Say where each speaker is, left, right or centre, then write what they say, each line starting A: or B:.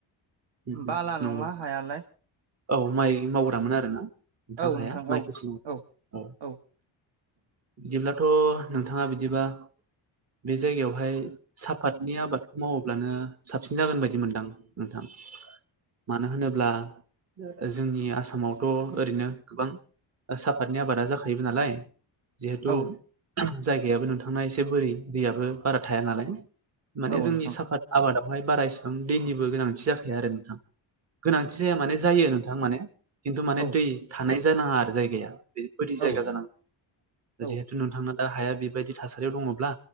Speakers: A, on the right; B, on the right.
A: मम-मम
B: बाला
A: नंगौ
B: नङा हायालाय
A: औ माइ मावग्रामोन आरो ना। नोंथां
B: औ
A: हाया माइकिसिं
B: औ औ
A: ओ।
B: औ
A: बिदिब्लाथ' नोंथांङा बिदिबा। बे जायगायावहाय साफातनि आबादखो मावो। अब्लानो साबसिन जागोन बायदि मोनदां नोंथां मानो होनोब ब्ला जोंनि आसामावथ' ओरैनो गोबां सापातनि आबादा जाखायोबो नालाय। जिहेथु
B: औ
A: जायगायाबो नोंथांना एसे बोरि दैयाबो बारा थाया नालाय। माने
B: औ
A: जोंनि
B: नोंथां
A: साफात आबादावहाय बारा इसिबां दैनिबो गोनांथि जाखाया आरो नोंथां गोनांथि जाया माने जायो नोंथां मानो। खिन्थु माने
B: औ
A: दै थानाय जानाङा आरो जायगाया बे बायदि जायगा
B: औ
A: जानांगौ
B: औ
A: जिहेथु नोंथांना। दा हाया बेबायदि थासारियाव दङब्ला